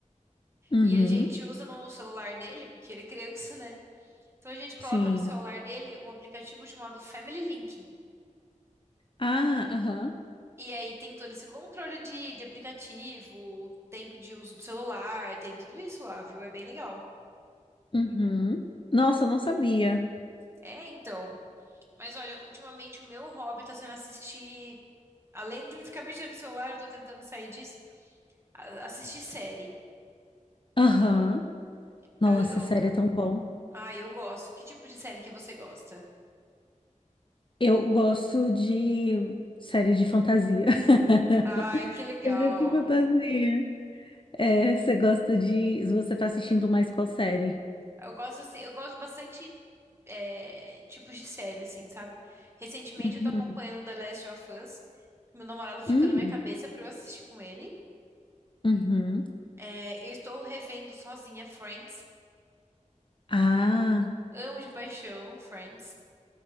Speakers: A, on the left; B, on the right.
A: Uhum,
B: E a gente usa no celular dele, porque ele é criança, né? Então a gente coloca
A: sim.
B: no celular dele um aplicativo chamado Family Link.
A: Ah, aham.
B: E aí tem todo esse controle de, de aplicativo, o tempo de uso do celular, tem tudo isso lá, viu? É bem legal.
A: Uhum. Nossa, eu não sabia.
B: É, então. Mas olha, ultimamente o meu hobby tá sendo assistir. Além de ficar <laughs> mexendo no celular, eu tô tentando sair disso, a- assistir série.
A: Aham.
B: Então
A: Nossa,
B: eu.
A: série é
B: eu-
A: tão bom.
B: Ah, eu gosto. Que tipo de série que você gosta?
A: Eu gosto de série de fantasia. <laughs>
B: Ai, que legal.
A: Série de fantasia. É, você gosta de. Você tá assistindo mais qual série?
B: Eu gosto assim, eu gosto de bastante é, tipos de série, assim, sabe? Recentemente
A: Uhum.
B: eu tô acompanhando The Last of Us. Meu namorado ficou
A: Hum,
B: na minha cabeça pra eu assistir com ele.
A: Uhum.
B: É, eu estou revendo sozinha Friends.
A: Ah,
B: Eu amo de paixão Friends.